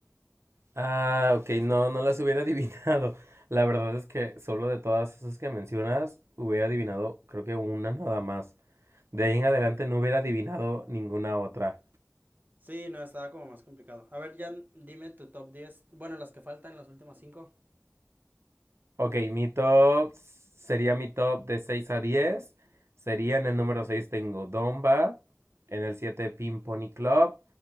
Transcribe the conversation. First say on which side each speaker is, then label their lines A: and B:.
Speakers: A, on the right; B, on the right.
A: Ah, ok, no, no las hubiera <laughs> adivinado. La verdad es que solo de todas esas que mencionas, hubiera adivinado creo que una nada más. De ahí en adelante no hubiera adivinado ninguna otra.
B: Sí, no, estaba como más complicado. A ver, ya dime tu top diez Bueno, las que faltan, las últimas cinco
A: Ok, mi top sería mi top de 6 a 10. Sería en el número 6 tengo Domba, en el 7 Pin Pony Club,